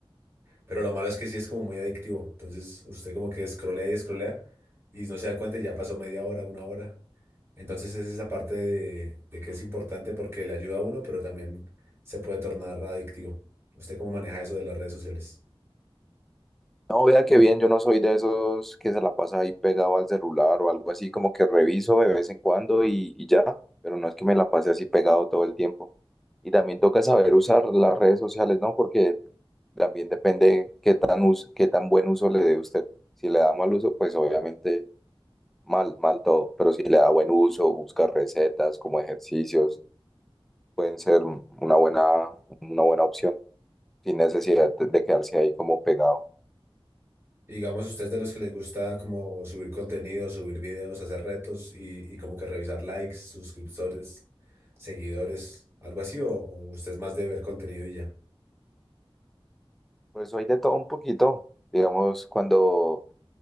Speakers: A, on the right; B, in the centre.
A: Pero lo malo es que sí es como muy adictivo. Entonces usted como que escrolea y escrolea y no se da cuenta y ya pasó media hora, una hora. Entonces es esa parte de, de que es importante porque le ayuda a uno, pero también se puede tornar adictivo. ¿Usted cómo maneja eso de las redes sociales?
B: No, vea que bien, yo no soy de esos que se la pasa ahí pegado al celular o algo así, como que reviso de vez en cuando y, y ya, pero no es que me la pase así pegado todo el tiempo. Y también toca saber usar las redes sociales, ¿no? Porque también depende qué tan us- qué tan buen uso le dé usted. Si le da mal uso, pues obviamente mal, mal todo, pero si le da buen uso, busca recetas como ejercicios, pueden ser una buena, una buena opción, sin necesidad de de quedarse ahí como pegado.
A: Y digamos, ¿usted es de los que les gusta como subir contenido, subir videos, hacer retos y, y como que revisar likes, suscriptores, seguidores, algo así? ¿O, o usted es más de ver contenido y ya?
B: Pues soy de todo un poquito. Digamos, cuando,